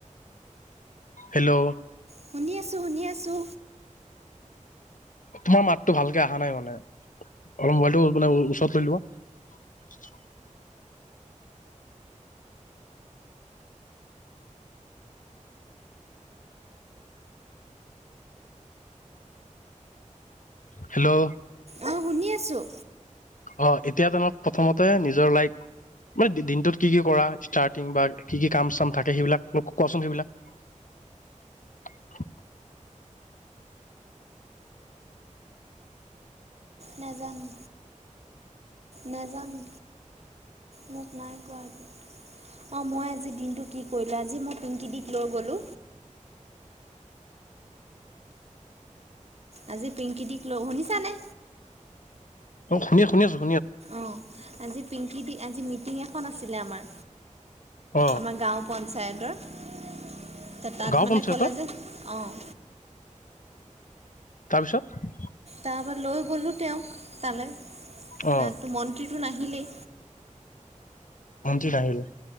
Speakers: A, on the left; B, on the right.
A: হেল্ল'
B: শুনি আছোঁ শুনি আছো।
A: তোমাৰ মাতটো ভালকে অহা নাই মানে। অলপ মোবাইলটো ওচৰত লৈ লোৱা। হেল্ল'
B: অঁ শুনি আছোঁ।
A: অ' এতিয়া ধৰক প্ৰথমতে নিজৰ লাইফ মানে দিনটোত কি কি কৰা স্টাৰ্টিং বা কি কি কাম চাম থাকে সেইবিলাক মোক কোৱা চোন সেইবিলাক।
B: নেজানো, নেজানো, মোক নাই কোৱা একো। অ' মই আজি দিনটোত কি কৰিলো আজি মই পিংকি দিক লৈ গ'লো আজি পিংকি দিক লৈ শুনিছানে?
A: অ' শুনি শুনি আছোঁ।
B: অ', আজি পিংকি দি আজি মিটিং এ এখন আছিলে আমাৰ।
A: অ
B: আমাৰ গাঁও পঞ্চায়ত চাইডৰ তাত
A: গাঁও
B: মানে
A: পঞ্চায়তৰ
B: কলে যে, অ'।
A: তাৰপিছত?
B: তাৰপৰা লৈ গ'লোঁ, তেওঁক তালে তাতো
A: অ
B: মন্ত্ৰীটো আহিলে?
A: মন্ত্ৰী বাঢ়িল।